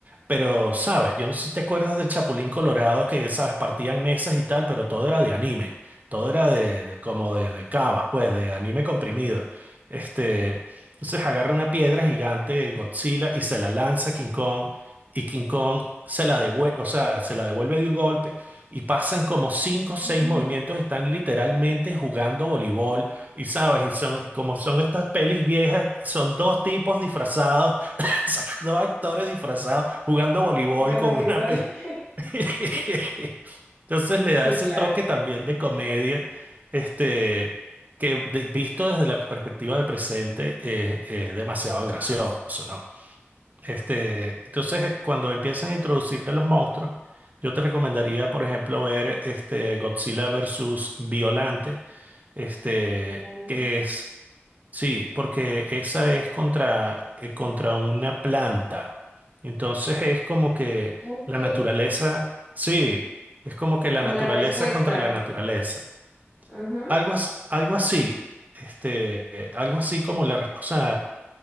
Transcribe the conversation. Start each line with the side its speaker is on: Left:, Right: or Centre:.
Right: pero, sabes, yo no sé si te acuerdas del Chapulín Colorado que, sabes, partían mesas y tal, pero todo era de anime, todo era de, de- como de, de cavas, pues, de anime comprimido. Este, entonces agarra una piedra gigante, Godzilla, y se la lanza a King Kong, y King Kong se la devuelve, o sea, se la devuelve de un golpe, y pasan como cinco o seis
Left: <laughs>
Right: movimientos, están literalmente jugando voleibol, y sabes, y son, como son estas pelis viejas, son dos tipos disfrazados <laughs> dos actores disfrazados jugando voleibol
Left: Jugando
Right: con
Left: a voleibol.
Right: una... pe-
Left: <laughs>
Right: <laughs> Entonces le
Left: Sí,
Right: da ese
Left: claro.
Right: toque también de comedia, este, que de- visto desde la perspectiva del presente eh, es demasiado gracioso, ¿no? Este, entonces, eh, cuando empiezan a introducir a los monstruos, yo te recomendaría, por ejemplo, ver este Godzilla versus Violante, este,
Left: Violante.
Right: que es Sí, porque esa es contra, eh, contra una planta. Entonces es como que
Left: Ok.
Right: la naturaleza, sí, es como que la
Left: Como
Right: naturaleza
Left: la respuesta.
Right: contra la naturaleza.
Left: Ajá.
Right: Algo, as- algo así, este, eh, algo así como la, re- o sea,